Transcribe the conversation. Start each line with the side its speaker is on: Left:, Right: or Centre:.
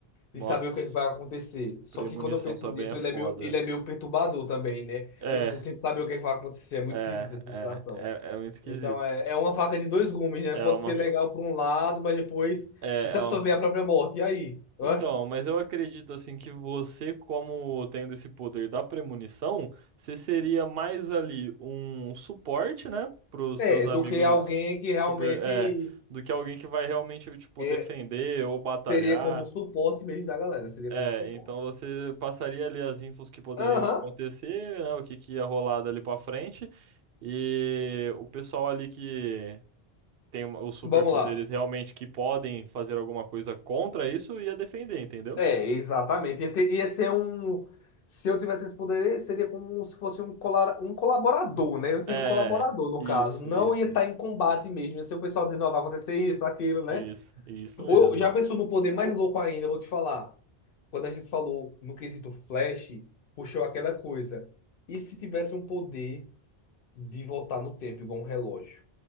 Right: nossa,
Left: de saber o que é que vai acontecer. Só
Right: premonição
Left: que quando eu penso
Right: também
Left: nisso,
Right: é
Left: ele
Right: foda.
Left: é meio, ele é meio perturbador também, né?
Right: É.
Left: De você sempre saber o que é que vai acontecer. É muito
Right: É,
Left: esquisita essa
Right: é,
Left: situação.
Right: é, é muito esquisito.
Left: Então é, é uma faca de dois gumes, né?
Right: É
Left: Pode
Right: uma,
Left: ser
Right: fa-
Left: legal por um lado, mas depois.
Right: é,
Left: E se
Right: é
Left: absorver
Right: uma...
Left: a própria morte? E aí? Hã?
Right: Então, mas eu acredito assim que você, como tendo esse poder da premonição, você seria mais ali um suporte, né, pros
Left: É,
Right: teus amigos
Left: do que alguém que realmente
Right: super, é, do que alguém que vai realmente tipo
Left: é,
Right: defender ou batalhar.
Left: seria como suporte mesmo da galera. Seria
Right: É,
Left: como suporte.
Right: então você passaria ali as infos que poderiam
Left: Aham.
Right: acontecer, né, o que que ia rolar dali pra frente e o pessoal ali que tem uma- os superpoderes
Left: Vamos lá.
Right: realmente que podem fazer alguma coisa contra isso, ia defender, entendeu?
Left: É, exatamente. Ia, ter- ia ser um. Se eu tivesse esse poder, seria como se fosse um, colar, um colaborador, né? Eu seria
Right: É,
Left: um colaborador, no
Right: isso,
Left: caso. Não
Right: isso,
Left: ia estar
Right: isso.
Left: em combate mesmo. Ia ser o pessoal dizendo, ó, vai acontecer isso, aquilo, né?
Right: Isso, isso mesmo.
Left: Ou já pensou no poder mais louco ainda, eu vou te falar. quando a gente falou no quesito Flash, puxou aquela coisa. E se tivesse um poder de voltar no tempo, igual um relógio?